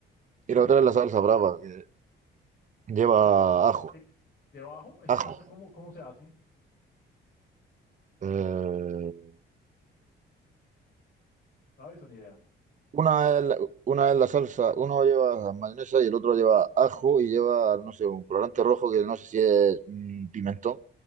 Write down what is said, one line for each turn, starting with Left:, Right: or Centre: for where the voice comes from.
Right: y la otra
Left: Sí.
Right: es la salsa brava, que lleva
Left: Esa,
Right: ajo.
Left: ¿qué lleva abajo? ¿Esa
Right: Ajo.
Left: salsa cómo, cómo se hace?
Right: Eh,
Left: ¿Sabes? Una idea.
Right: una es, la- una es la salsa, uno lleva mayonesa y el otro lleva ajo y lleva, no sé, un colorante rojo que no sé si es mm, pimentón.